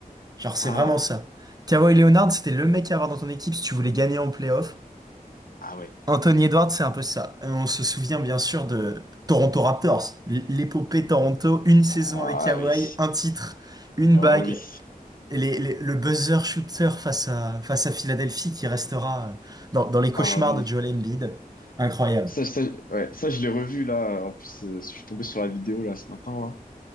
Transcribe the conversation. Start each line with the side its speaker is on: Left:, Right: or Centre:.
Right: Genre, c'est
Left: Ah,
Right: vraiment ça. Kawhi Leonard, c'était le mec à avoir dans ton équipe si tu voulais gagner en playoff.
Left: ah ouais.
Right: Anthony Edwards, c'est un peu ça. Euh, On se souvient bien sûr de Toronto Raptors, l- l'épopée Toronto, une saison
Left: Ah
Right: avec Kawhi,
Left: oui.
Right: un titre, une
Left: Oh
Right: bague,
Left: oui.
Right: et les- les- le buzzer shooter face à, face à Philadelphie qui restera euh, dans, dans les cauchemars
Left: Ah oui,
Right: de Joel Embiid. Incroyable.
Left: ça, ça, ouais, ça je l'ai revu là. En plus, euh, je suis tombé sur la vidéo là ce matin là.